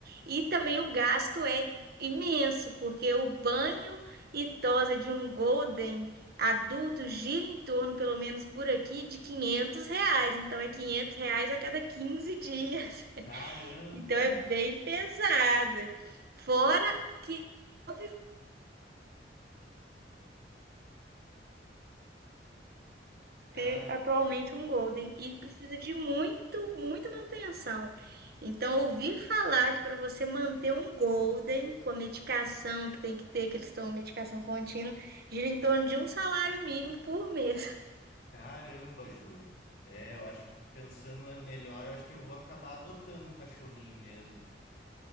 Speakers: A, on the right; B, on the left.
A: E também o gasto é imenso, porque o banho e tosa de um Golden. Adulto gira em torno, pelo menos por aqui, de 500 reais. Então, é 500 reais a cada 15 dias. <laughs>
B: Caramba!
A: Então, é bem pesada. Fora que eu vivo
B: Car...
A: ter atualmente um Golden e precisa de muito, muita manutenção. Então, ouvir falar que para você manter um Golden com a medicação que tem que ter, que eles estão medicação contínua, gira em torno de um salário mínimo por mês.
B: Caramba, Ju. É, eu acho que pensando melhor, eu acho que eu vou acabar adotando um cachorrinho mesmo.